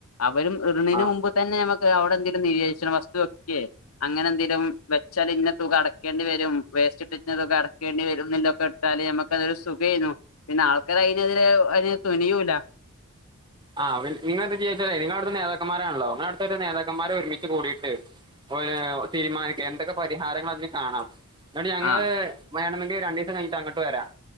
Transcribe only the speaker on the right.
ആ
ആഹ് നിങ്ങള് എന്ത് ചെയ്യാച്ചാലേ നിങ്ങളടുത്ത് നേതാക്കന്മാരാണല്ലോ നിങ്ങള അടുത്തരു നേതാക്കന്മാരെ ഒരുമിച്ച് കൂടിയിട്ട് ഇപ്പം പിന്നെ തീരുമാനിക്ക എന്തൊക്കെ പരിഹാരങ്ങൾ അതിന് കാണാം എന്നിട്ടങ്ങള്
വേണമങ്കിൽ രണ്ടീസം കയിഞ്ഞിട്ട് അങ്ങട്ട് വരാം